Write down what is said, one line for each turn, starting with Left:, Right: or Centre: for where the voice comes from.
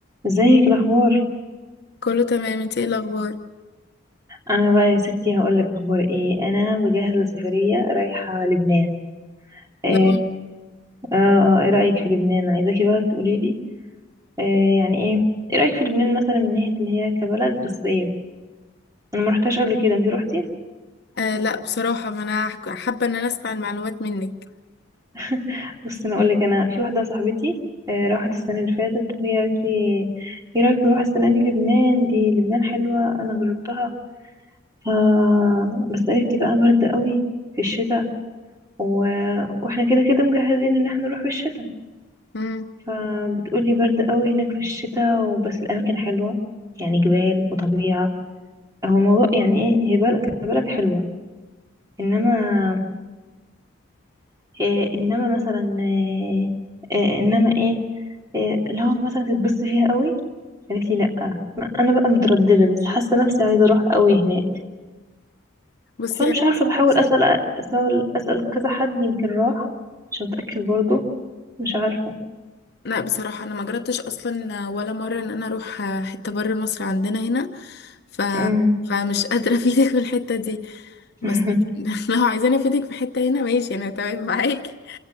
Right: ازيك الاخبار
Left: كله تمام انت ايه الاخبار
Right: انا بقى يا ستي هقول لك اخبار ايه انا بجهز لسفريه رايحه لبنان ايه
Left: لا
Right: اه آه، ايه رايك في لبنان عايزاكي بقى تقولي لي إيه يعني ايه ايه رايك في لبنان مثلا من ناحيه اللي هي كبلد في الصيف انا ما رحتهاش قبل كده انت روحتي
Left: آه لا بصراحه ما انا هحك- حابه ان انا اسمع المعلومات منك
Right: <laughs> بصي انا اقول لك انا في واحده صاحبتي آه، راحت السنه اللي فاتت وهي قالت لي ايه رايك نروح السنه دي لبنان دي لبنان حلوه انا جربتها ف بس قالت لي بقى برد قوي في الشتاء و... واحنا كده كده مجهزين ان احنا نروح في الشتاء
Left: امم
Right: فبتقولي برد قوي هناك في الشتاء وبس الاماكن حلوه يعني جبال وطبيعه هو الموضوع يعني ايه هي بلد كبلد حلوه انما إيه انما مثلا إيه إيه انما ايه إيه لو مثلا تتبسطي فيها قوي قالت لي لا ما- انا بقى متردده بس حاسه نفسي عايزه اروح قوي هناك
Left: بصي
Right: فمش
Left: انا
Right: عارفه
Left: ما رحتش-
Right: بحاول اسال اسال اسال كذا حد يمكن راح عشان اتاكد برضو مش عارفه
Left: لا بصراحه انا ما جربتش اصلا ولا مره ان انا اروح حته بره مصر عندنا هنا ف
Right: امم
Left: فمش <laughs> قادره افيدك في الحته دي بس
Right: <laughs>
Left: <laughs> لو عايزاني افيدك في حته هنا ماشي انا تمام معاكي